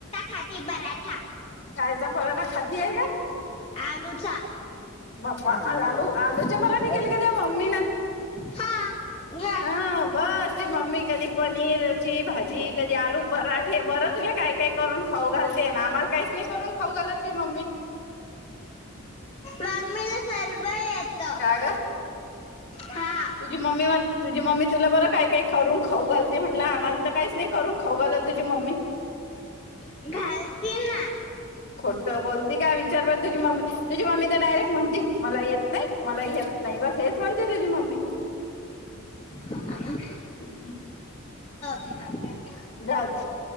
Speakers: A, on the left (about 30°); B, on the left (about 55°).
A: खादी बरा.
B: कायचा पराठा खाती आहे ग
A: आलूचा
B: बा्पा
A: हा मा
B: आज आलू आलूचे
A: बस
B: पराठे केले का तुया मम्मी न.
A: हा घ्या
B: ह बस, तुई मम्मी कधी पनीरची भाजी, कधी आलू पराठे बर तुला काय काय करून खाऊ घालते ना आम्हाला काहीच नाही करून खाऊ घालत तुई मम्मी.
A: मम्मीला सर्व येत
B: का-का,
A: हा,
B: तुझी मम्मी तुझी मम्मी तुला बरं काय काही करू. खाऊ घालते म्हटलं आम्हाला तर काहीच नाही. करून खाऊ घाल तुझी मम्मी.
A: घालते ना
B: <inaudible> खोट बोलती काय विचारवर तुझी मम्मी तुझी मम्मी. डायरेक्ट म्हण मला येत नाही मला येत. नाहीई बस हेच म्हणती तुझी मम्मी,
A: ह
B: हम् हम
A: खास
B: झाज